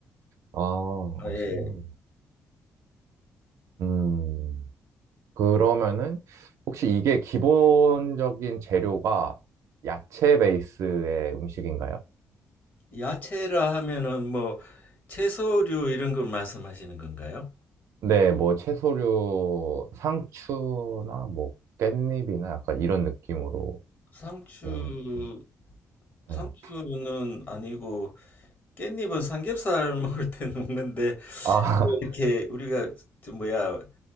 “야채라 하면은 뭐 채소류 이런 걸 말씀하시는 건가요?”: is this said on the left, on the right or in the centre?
Left